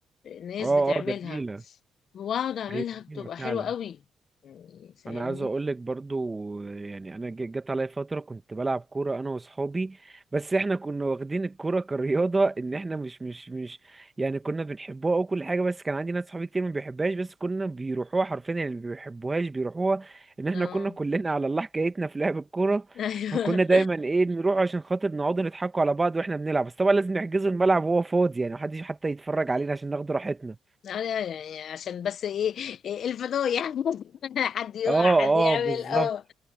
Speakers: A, on the left; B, on the right.
A: ناس
B: اه
A: بتعملها
B: اه جميلة
A: واقعد اعملها
B: هي جميلة
A: بتبقى حلوة
B: فعلا
A: قوي يعني فاهمني
B: انا عايز اقول لك برضو يعني انا ج- جت عليا فتره كنت بلعب كوره انا واصحابي بس احنا كنا واخدين الكوره كرياضه ان احنا مش مش مش يعني كنا بنحبوها او كل حاجه بس كان عندي ناس صحابي كتير ما بيحبهاش بس كنا بيروحوها حرفيا يعني ما بيحبوهاش بيروحوها ان احنا
A: اه
B: كنا كلنا على الله حكايتنا في لعب الكوره
A: <laughs> ايوه
B: فكنا دايما ايه نروح عشان خاطر نقعد نضحكوا على بعض واحنا بنلعب بس طبعا لازم نحجزوا الملعب وهو فاضي يعني محدش حتى يتفرج علينا عشان ناخد راحتنا
A: أنا يعني عشان بس ايه, إيه الفضايح <laughs> حد يقع
B: اه
A: حد يعمل
B: اه بالظبط
A: اه